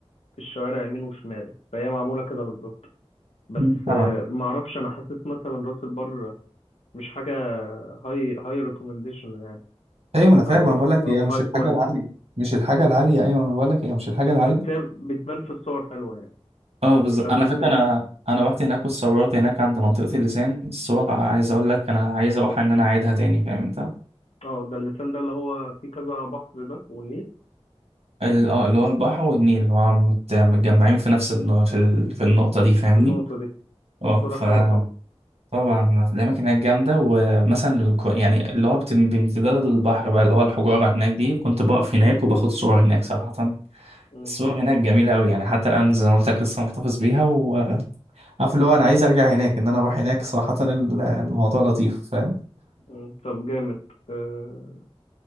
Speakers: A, on the left (about 75°); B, on the right (about 75°).
A: في الشوارع يمين وشمال فهي معموله كده بالظبط بس
B: مم، فاهمك
A: آه، معرفش انا حاسس مثلا راس البر مش حاجه هاي هاي ريكومنديشن يعني
B: ايوه انا فاهم
A: او
B: انا بقول لك
A: او
B: هي مش
A: هاي
B: الحاجه
A: كواليتي
B: العاليه مش الحاجه العاليه ايوه انا بقول لك هي مش الحاجه العاليه
A: بس هي بتبان في الصور حلوه يعني
B: اه بالظبط
A: فمش عارف
B: انا فاكر
A: ازاي
B: انا انا رحت هناك واتصورت هناك عند منطقة اللسان الصور عايز اقول لك انا عايز اروح ان انا اعيدها تاني فاهم انت
A: اه ده اللسان ده اللي هو فيه كذا بحر ده والنيل
B: ال- اه اللي هو البحر والنيل اللي هو مت- متجمعين في نفس الن- في ال- في النقطة دي فاهمني
A: النقطة دي
B: اه
A: صورة
B: فطبعا
A: حلوة طبعا
B: الأماكن هناك جامدة ومثلا الك- يعني اللي هو بت- بامتداد البحر بقى اللي هو الحجارة هناك دي كنت بقف هناك وباخد صور هناك صراحة
A: مم.
B: الصور هناك جميلة أوي يعني حتى الآن زي ما قلت لك لسه محتفظ بيها وعارف اللي هو أنا عايز أرجع هناك إن أنا أروح هناك صراحة ال- الموضوع لطيف فاهم؟
A: مم. طب جامد آه.